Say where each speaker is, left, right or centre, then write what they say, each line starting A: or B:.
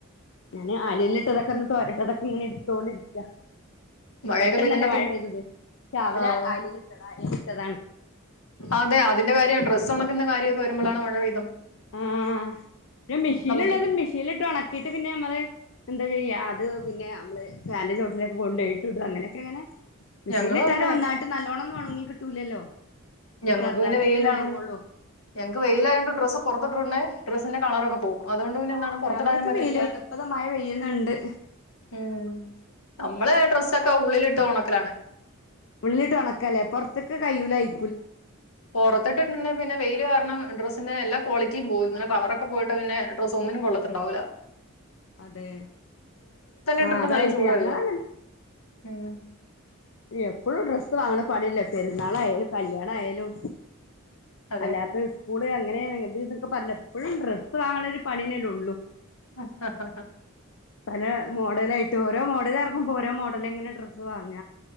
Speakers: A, on the left; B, on the left.
A: ഞാന് ആലല്ട്ടതൊക്കെ ഒന്ന് തോരട്ടതൊക്കെ ഇങ്ങനെ എടുത്തോണ്ട ഇരിക്ക്യ.
B: മഴയൊക്കെ
A: പെട്ടെന്നല്ല
B: പെയ്തിട്ടുണ്ടെ
A: മഴ
B: പിന്നെ
A: പെയ്തത് രാവിലെ
B: ആ
A: അലലിട്ടതാ ഇട്ടതാണ്.
B: അതെ അതിന്റെ കാര്യവ ഡ്രസൊണക്കുന്ന കാര്യവൊക്കെ വരുമ്പളാണ് മഴ പെയ്യു
A: ആ മെഷീന്ഉള്ളത്
B: നമുക്ക്
A: മെഷീൻലിട്ട് ഒണക്കിട്ട് പിന്നെ നമ്മള് എന്താ ചെയ്യ അത് പിന്നെ അമ്മള് ഫാനിന്റെ ചോട്ടിലൊക്കെ കൊണ്ടൊയിട്ടുടു അങ്ങനൊക്കെങ്ങനെ മെഷീനിലിട്ടാലും
B: ഞങ്ങളും അതെ
A: ഒന്നായിട്ട് നല്ലോണൊന്ന് ഒണങ്ങി കിട്ടൂലല്ലോ?
B: ഞങ്ങക്ക്
A: ചെറുതായിട്ടൊക്കെല്ലേ
B: പിന്നെ വെയിലായൊ
A: ഒണങ്ങുള്ളൂ
B: ഞങ്ങക്ക് വെയിലായോണ്ട് ഡ്രസ്സ് പുറ <unintelligible> ഡ്രസിന്റെ കളറൊക്കെ പോകും. അതുകൊണ്ട് പിന്നെന്താണ് പൊറത്തിടാനും
A: രാവിലെയൊക്കെ
B: പറ്റത്തില്ല.
A: വെയിലായിരുന്നു ഇപ്പതാ മഴ പെയ്യുന്നുണ്ട്
B: ഉം നമ്മള് ഡ്രസ്സൊക്കെ ഉള്ളിലിട്ട് ഉണക്കലാണ്.
A: ഉള്ളിട്ട് ഉണക്കല്ലേ പൊറത്തൊക്കെ കൈയ്യൂലായിരി
B: പൊറത്തിട്ട്ട്ടുണ്ടേ പിന്നെ വെയില് കാര കാരണം ഡ്രസ്സിന്റെ എല്ലാ ക്വാളിറ്റിയും പോവും. ഇങ്ങനെ കളറൊക്കെ പോയിട്ട് പിന്നെ ഡ്രസ് ഒന്നിനും കൊള്ളത്തുണ്ടാവൂല്ല.
A: അതെ
B: ഇട്ടിട്ടുണ്ടെ
A: ആഹ അതായിപ്പ
B: നല്ല ചൂടാ
A: ഞങ്ങളങ്ങെ
B: വരിക ഉം
A: എപ്പോഴും ഡ്രസ്സ് വാങ്ങണ പണില്ലേ. പെരുന്നാളായാലും, കല്യാണായാലും
B: അതെ
A: അല്ലാത്ത സ്കൂള് അങ്ങനെ ഇങ്ങു ഇത് പറഞ്ഞ എപ്പോഴും ഡ്രസ്സ് വാങ്ങണ ഒരു പണിയന്നെല്ലൊള്ളു.
B: ആഹഹ ഹാ.
A: പല മോഡല ആയിട്ട് ഓരോ മോഡലർങ്ങുമ്പോ ഓരോ മോഡല അങ്ങനെ ഡ്രസ്സ് വാങ്ങ.